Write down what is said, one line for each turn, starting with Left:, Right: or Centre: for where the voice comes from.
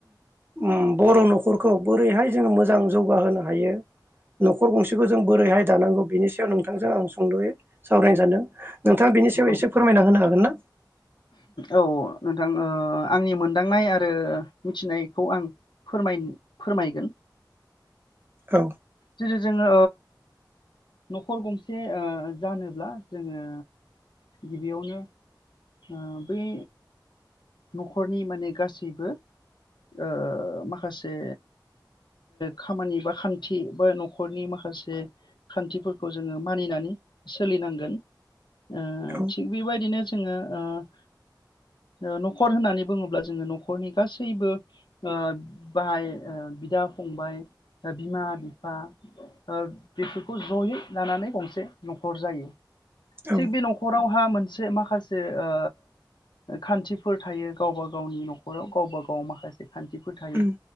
Right: ओम बर' न'खरखौ बोरैहाय जोङो मो। मोजां जौगाहोनो हायो न'खर गंसेखौ जों बोरैहाय दानांगौ बेनि सायाव नोंथांजों आं सुंद'यै सावरायनो सानदों। नोंथाङा बिनि सायाव
Left: औ
Right: एसे फोरमायना होनो हागोन ना?
Left: औ नोंथां ओ आंनि मोनदांनाय आरो मिथिनायखौ आं फोराय फोरमायगोन।
Right: औ
Left: जेरै जोङो। न'खर गंसे ओ जानोब्ला जोङो। गिबियावनो। ओ बै न'खरनि माने गासैबो ओ माखासे खामानि बा खान्थि बा न'खरनि माखासे खान्थिफोरखौ जोङो मानिनानै सोलिनांगोन। ओ
Right: औ
Left: थिग बेबायदिनो। जोङो। ओ न'खर होननानै बुङोब्ला जोङो न'खरनि गासैबो ओ बाहाय, बिदा- फंबाइ, बिमा-बिफा ओ बेफोरखौ जयै लानानै गंसे न'खर जायो।
Right: औ
Left: थिग बे न'खराव। मा मोनसे माखासे। ओ खान्थिफोर थायो गावबा गावनि न'खराव गावबा गाव माखासे। खान्थिफोर थायो
Right: उम